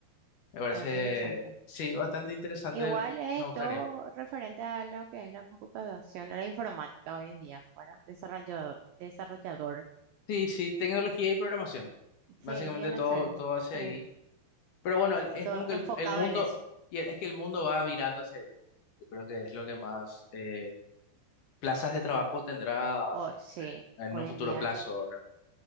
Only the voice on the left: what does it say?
Me
parece,
sí, bastante interesante.
Me gustaría.
Sí, sí, tecnología y programación.
Básicamente
todo,
todo hacia
ahí. Pero bueno, el- es
como que
el, el mundo,
y el- es que el mundo va virando hacia ahí. Yo creo que es lo que más eh, plazas de trabajo tendrá
eh, en
un futuro
plazo, ¿verdad?